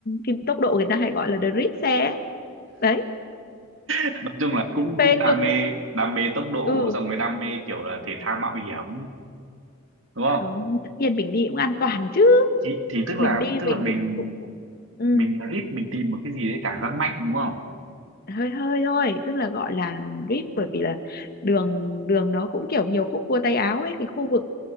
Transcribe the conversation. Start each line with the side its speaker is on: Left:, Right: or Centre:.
Left: phim tốc độ người ta hay gọi là drift xe ấy. đấy
Right: nói chung là cũng
Left: phê
Right: cũng đam
Left: cực
Right: mê đam mê tốc độ
Left: ừ
Right: xong mới đam mê kiểu là thể thao mạo hiểm đúng không
Left: không tất nhiên mình đi cũng an toàn chứ
Right: thì, thì tức
Left: mình
Right: là
Left: đi
Right: tức
Left: mình
Right: là mình
Left: cũng cũng, cũng ừ,
Right: mình thích mình tìm một cái gì đấy cảm giác mạnh đúng không
Left: hơi hơi thôi tức là gọi là drip bởi vì là đường đường nó cũng kiểu nhiều khúc cua tay áo ấy cái khu vực